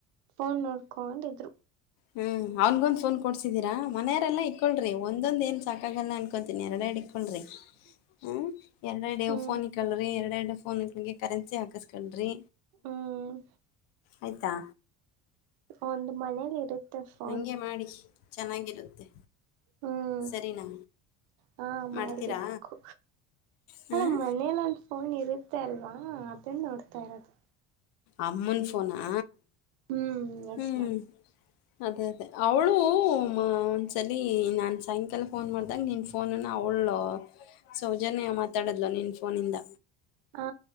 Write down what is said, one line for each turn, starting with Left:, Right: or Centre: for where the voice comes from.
Right: ಫೋನ್ ನೋಡ್ಕೊಂಡಿದ್ರು.
Left: ಹ್ಮ್ ಅವನ್ಗೊಂದು ಫೋನ್ ಕೊಡ್ಸಿದ್ದೀರಾ ಮನೆಯವರೆಲ್ಲ ಇಕ್ಕೊಳ್ರಿ ಒಂದೊಂದ್ ಏನ್ ಸಾಕಾಗಲ್ಲ ಅನ್. ಇವತ್ತು ಎರೆಡುಎರೆಡು ಇಕ್ಕಳ್ರಿ ಹ್ಮ ಎರೆಡು ಎರೇಡು
Right: ಹ್ಮ್
Left: ಫೋನ್ ಇಕ್ಕಳ್ರೀ ಎರಡು ಈ ಫೋನಿಗೂ ಈ ಕರೆನ್ಸಿ ಹಾಕಿಸಿಕೊಳ್ರಿ.
Right: ಹ್ಮ್
Left: ಆಯತಾ
Right: ಒಂದ್ ಮನೇಲಿ ಇರುತ್ತ ಪ
Left: ಹಂಗೆ ಮಾಡಿ ಚೆನ್ನಾಗಿರುತ್ತೆ.
Right: ಹ್ಮ್
Left: ಸರಿನಾ
Right: ಹಾ
Left: ಮಾಡ್ತೀರಾ
Right: ಮಾಡ್ಬೇಕು
Left: ಹಾಂ
Right: ಹಾ ಮನೇೆನಲ್ಲಿ ಫೋನ್ ಇರುತ್ತೆ ಅಲ್ವಾ. ತು ಮಾಡ್ತಾ ಇರೋದು.
Left: ಅಮ್ಮನ್ ಪೋನ್ ಹ
Right: ಹ್ಮ್ ಎಸ್
Left: ಹ್ಮ್.
Right: ಮ್ಯಾಮ್
Left: ಅದೇ ಅದೇ ಅವಳು ಒಂದ್ಸಲಿ ನಾನು ಸಾಯಂಕಾಲ ಫೋನ್ ಮಾಡಿದಾಗ ನಿನ್ನ ಫೋನನ್ನು ಅವಳು ಹಲೋ ಸೌಜನ್ಯ ಮಾತಾಡದ್ಲ ನಿನ್ ಫೋನಿಂದ.
Right: ಹಾ